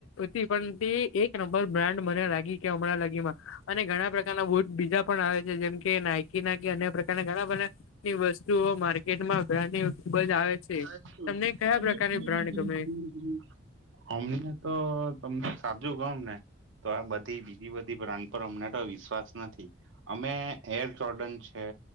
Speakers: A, on the left; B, on the right.
A: પણ તે એક નંબર બ્રાન્ડ મને લાગી કે હમણાં લગીમાં અને ઘણા પ્રકારના વોટ બીજા પણ આવે છે. જેમ કે નાયકી ના કે અન્ય પ્રકારના ઘણા બધા ની વસ્તુઓ માર્કેટમાં <unintelligible> ખુબ જ આવે છે.
B: <unintelligible>
A: તમને કયા પ્રકારની બ્રાન્ડ ગમે
B: અમને તો તમને સાચુ કવ ને. તો આ બધી બીજી બધી બ્રાડ પર અમને તો વિશ્વાસ નથી. અમે એર જોર્ડન છે.